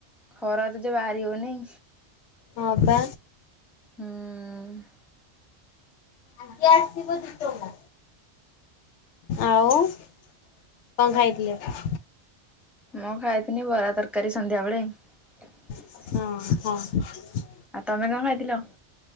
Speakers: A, in the centre; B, on the left.
A: ଖରା ତ ଯୋଉ ବାହାରି ହଉନେଇ।
B: ହଁ ବା।
A: ହୁଁ।
B: ଆଜ୍ଞା ଆସିବ ଦି ଟଙ୍କା ଆଉ କଣ ଖାଇଥିଲେ?
A: ମୁଁ ଖାଇଥିନି ବରା ତରକାରୀ ସନ୍ଧ୍ୟାବେଳେ।
B: ହଁ ହଁ।
A: ଆଉ ତମେ କଣ ଖାଇଥିଲ?